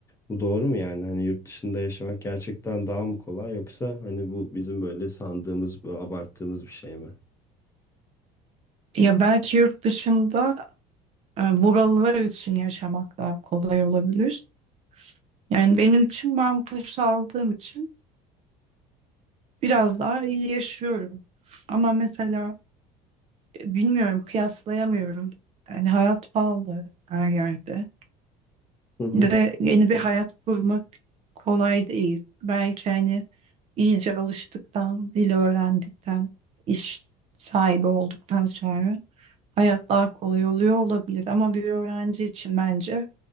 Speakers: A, on the left; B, on the right.
A: bu doğru mu yani? Hani yurt dışında yaşamak gerçekten daha mı kolay yoksa hani bu bizim böyle sandığımız, böyle abarttığımız bir şey mi?
B: Ya belki yurt dışında e, buralılar için yaşamak daha kolay olabilir. Yani benim için ben kurs aldığım için biraz daha iyi yaşıyorum. Ama mesela Bilmiyorum, kıyaslayamıyorum. Yani hayat pahalı her yerde.
A: Hı hı.
B: Bir De yeni bir hayat kurmak kolay değil. Belki hani iyice alıştıktan, dil öğrendikten, iş sahibi olduktan sonra hayat daha kolay oluyor olabilir. Ama bir öğrenci için bence